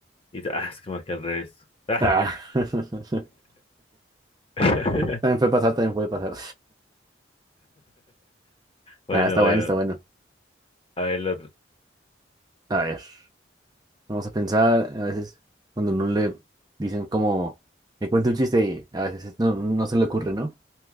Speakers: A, on the left (about 30°); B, on the right (about 20°).
A: Y dice, ah, es que marqué al revés. Ah.
B: Ah. <laughs>
A: <laughs>
B: Sí, también fue pasar, también fue pasar.
A: Bueno,
B: Ah, está
A: bueno,
B: bueno, está bueno.
A: a ver el otro.
B: A ver, vamos a pensar, a veces cuando no le dicen como, me cuenta un chiste y a veces no, no se le ocurre, ¿no?